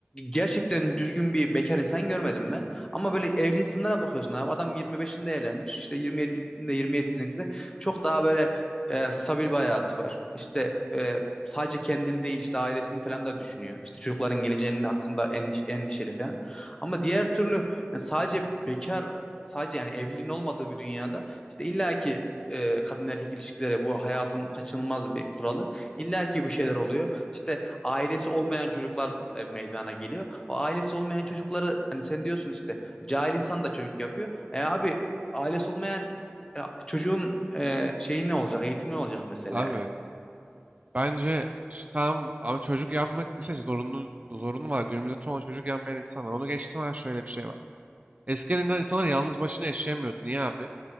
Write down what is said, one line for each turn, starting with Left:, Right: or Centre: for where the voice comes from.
Left: gerçekten düzgün bir bekar insan görmedim ben. Ama böyle evli insanlara bakıyorsun abi. Adam 25'inde evlenmiş. işte 27'sinde 27'sinde çok daha böyle e, stabil bir hayatı var. İşte e, sadece kendini değil işte ailesini falan da düşünüyor. İşte çocukların geleceğinin hakkında endiş- endişeli falan. Ama diğer türlü yani sadece bekar sadece yani evliliğin olmadığı bir dünyada işte illaki e, kadın erkek ilişkileri bu hayatın kaçınılmaz bir kuralı. İlla ki bir şeyler oluyor. İşte ailesi olmayan çocuklar e, meydana geliyor. O ailesi olmayan çocukları hani sen diyorsun işte cahil insan da çocuk yapıyor. E abi ailesi olmayan e, çocuğun e, şeyi ne olacak? Eğitimi ne olacak mesela?
Right: Abi bence ş- tamam ama çocuk yapmak işte zorunlu, zorunlu var. Günümüzde çoğu çocuk yapmayan insan var. Onu geçtim abi şöyle bir şey var. Eskiden insanlar yalnız başına yaşayamıyordu. Niye abi?